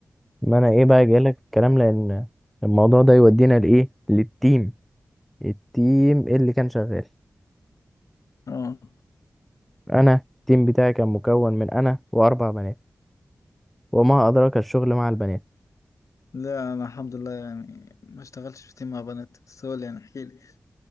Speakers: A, in the centre; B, on the left.
A: ما انا ايه بقى جايلك في الكلام لان الموضوع ده يودينا لايه للتيم التيم اللي كان شغال
B: اه
A: انا التيم بتاعي كان مكون من انا واربع بنات وما ادراك الشغل مع البنات
B: لا انا الحمد لله يعني ما اشتغلتش في تيم مع بنات بس هو اللي يعني احكي لي